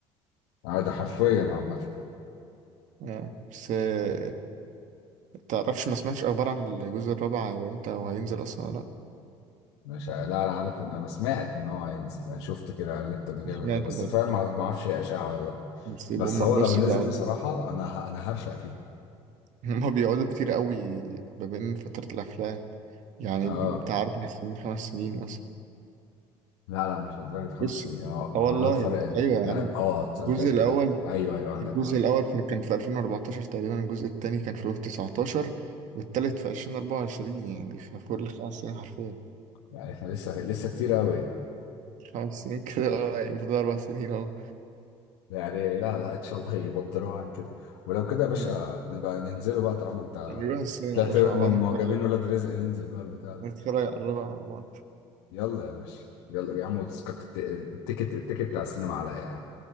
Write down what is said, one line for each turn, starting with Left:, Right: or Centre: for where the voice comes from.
Left: آه، ده حرفيا عامة
Right: آه. بس آه، تعرفش ما سمعتش أخبار عن الجزء الرابع هيبقى إمتى أو هينزل أصلا ولا لأ
Left: مش ع- لا انا عارف ان انا سمعت ان هو هينزل يعني شفت كده قلبت قبل كده
Right: سمعت
Left: بس
Right: برضه
Left: فاهم ما ما اعرفش هي اشاعة ولا لا
Right: بس هم
Left: بس هو
Right: بص
Left: لو نزل
Right: بيقعدوا
Left: بصراحة انا ه- انا هرشق فيه
Right: هم بيقعدوا كتير قوي ما بين فترة الأفلام يعني
Left: اه
Right: بتاع أربع سنين خمس سنين مثلا
Left: لا لا مش لدرجة خمس
Right: بس
Left: سنين اه
Right: اه
Left: عملوها
Right: والله
Left: بفرق ال-
Right: أيوه
Left: تلات.
Right: يا عم
Left: اه تصدق
Right: الجزء الأول
Left: ايه ده ايوه ايوه عندك
Right: الجزء
Left: حق
Right: الأول في- كان في 2014 تقريبا الجزء التاني كان في 2019 والتالت في 2024 يعني في كل خمس سنين حرفيا
Left: يعني احنا لسه لسه كتير قوي
Right: خمس سنين كده اه يعني فضل أربع سنين أهو
Left: يعني لا لا ان شاء الله يبدروها عن كده ولو كده يا باشا
Right: مم.
Left: نبقى ننزله بقى طالما انت
Right: هنروح السينما
Left: طلعت
Right: يا باشا
Left: من
Right: مع بعض نتفرج
Left: معجبين ولاد رزق ننزل بقى البتاع ده.
Right: نتفرج على الربع مع بعض
Left: يلا يا باشا يلا يا عم وتذكرة الت- التيكت التيكت بتاع السينما عليا يا عم